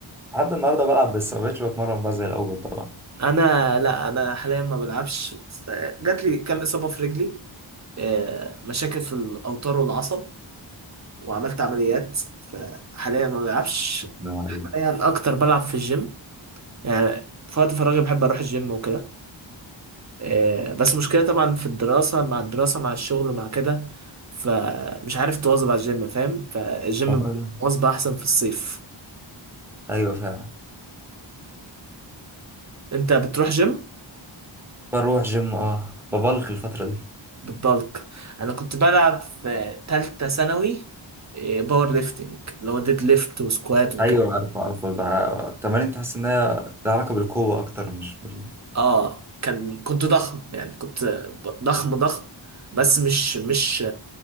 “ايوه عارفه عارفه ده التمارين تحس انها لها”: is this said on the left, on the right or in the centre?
Centre